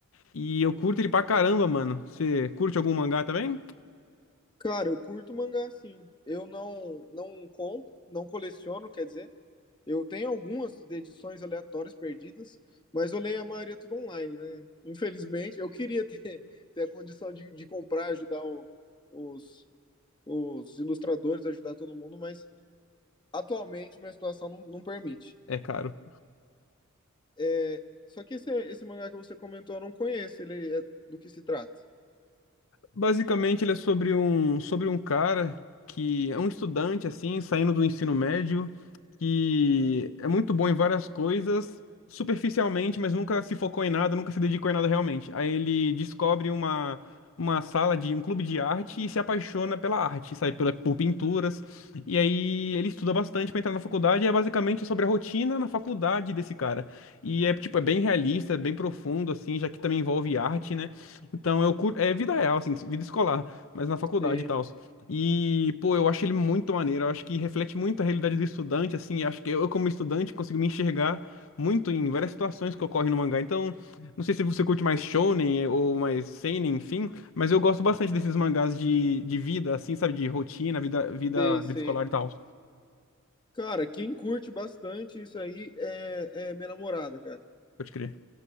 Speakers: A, on the left; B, on the left.
A: E eu curto ele pra caramba, mano. Você curte algum mangá também?
B: cara, eu curto mangá sim. Eu não não compro, não coleciono, quer dizer, eu tenho algumas de edições aleatórias perdidas, mas eu leio a maioria tudo online, né? Infelizmente, eu queria ter, <laughs> ter a condição de, de comprar, ajudar o- os, os ilustradores, ajudar todo mundo, mas atualmente minha situação não, não permite.
A: É caro.
B: É, só que esse, esse mangá que você comentou eu não conheço, ele é, do que se trata?
A: Basicamente, ele é sobre um, sobre um cara que é um estudante, assim, saindo do ensino médio, que é muito bom em várias coisas, superficialmente, mas nunca se focou em nada, nunca se dedicou em nada realmente. Aí ele descobre uma, uma sala de um clube de arte e se apaixona pela arte, sabe, pela, por pinturas. E aí ele estuda bastante para entrar na faculdade, e é basicamente sobre a rotina na faculdade desse cara. E é, tipo, é bem realista, é bem profundo, assim, já que também envolve arte, né? Então, eu curto, é vida real, assim, vida escolar, mas na faculdade
B: Sei,
A: e tal. E, pô, eu acho ele muito maneiro, eu acho que reflete muito a realidade do estudante, assim, eu acho que eu, como estudante, consigo me enxergar muito em várias situações que ocorrem no mangá. Então, não sei se você curte mais shonen eh, ou mais seinen, enfim, mas eu gosto bastante desses mangás de, de vida, assim, sabe, de rotina, vida, vida,
B: sei,
A: vida
B: sei.
A: escolar e tal.
B: Cara, quem curte bastante isso aí é, é minha namorada, cara.
A: Pode crer.